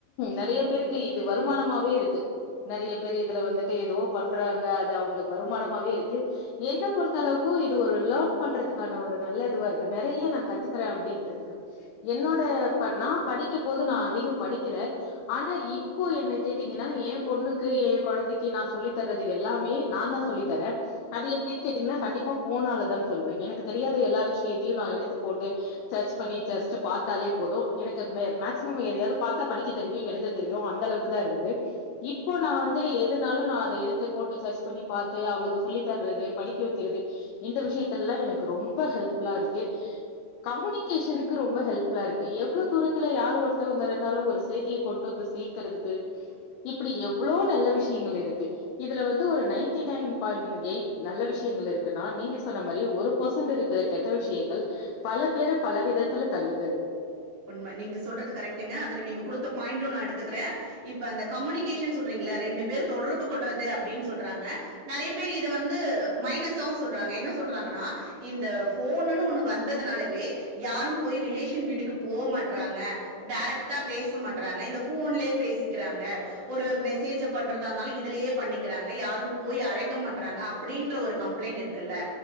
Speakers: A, on the left; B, on the right.
A: நெறையா பேருக்கு இது வருமானமாவே இருக்கு நெறையா பேரு இதுல வந்துட்டு எதோ பண்றாங்க அது அவங்களுக்கு வருமானமாவே இருக் கு என்ன பொறுத்த அளவுக்கும் இது ஒரு லேன் பண்றதுக்கான ஒரு நல்ல இதுவா இருக்கு நெறையா நா கத்துக்கறன் அப்படின்றதுக்கு என்னோட ப நான் படிக்கமோது நான் அதிகம் படிக்கல ஆனா இப்போ என்ன கேட்டீங்கன்னா ஏன் பொண்ணுக்கு என் கொழந்தைக்கு நான் சொல்லி தறது எல்லாமே நா தா சொல்லி தரே அது எப்டிங் கேட்டிங்கன்னா கண்டிப்பா ஃபோனாலதான் சொல்லுவேன் எனக்கு தெரியாத எல்லா விஷியத்தியும் நான் எடுத்து போட்டு சர்ச் பண்ணி ஜஸ்ட்டு பாத்தாலே போதும் எனக்கு மேக்சிமம் எதயாவது பாத்தா படிக்க தெரியும் எழுத தெரியும் அந்த அளவுக்கு தான் இருந்தது இப்போ நா வந்து எதுனாலும் நான் அத எடுத்து போட்டு சர்ச் பண்ணி பாத்து அவளுக்கு தர்றது படிக்க வக்குறது இந்த விஷயத்தலல்லாம் எனக்கு ரொம்ப ஹெல்ப்புல்லா இருக்கு கம்யூனிகேஷனுக்கு ரொம்ப ஹெல்ப்புல்லா இருக்கு இவ்ளோ தூரத்துல யார் ஒருத்தவங்க வறது தாலு ஒரு செய்திய கொண்டு வந்து சேக்குறதுக்கு இப்டி எவ்ளோ நல்ல விஷயங்கள் இருக்கு இதுல வந்து ஒரு நைன்டி னைன் பாய்ண்ட் எயிட் நல்ல விஷயங்கள் இருக்குன்னா நீங்க சொன்ன மாரி ஒரு பர்சன்ட் இருக்கிற கெட்ட விஷயங்கள் பல பேரை பல விதத்துல தள்ளுது அது
B: உண்ம நீங்க சொல்றது கரெக்டுங்க அதுல நீங்க குடுத்த பாயிண்டும் நா எடுத்துக்குறே இப்ப அந்த கம்யூனி சொல்றீங்ளா ரெண்டு பேர் தொடர்புக்கு சொல்றது அப்டின்னு சொல்றாங்க நெறய பேர் இது வந்து மைனஸ்சாவு சொல்றாங்க என்ன சொல்றாங்கனா இந்த ஃபோன்னுனு ஒன்னு வந்ததுனாலவே யாரும் போய் ரிலேஷன் வீட்டுக்கு போமாட்றாங்க டைரக்டா பேச மாட்றாங்க இந்த ஃபோன்லயே பேசிக்குறாங்க ஒரு மெசேஜ பண்றதா இருந்தாலு இதுலயே பண்ணிக்குறாங்க யாரும் போய் அழைக்க மாட்றாங்க அப்டீன்ற ஒரு கம்ப்ளைண்ட் இருக்குல்ல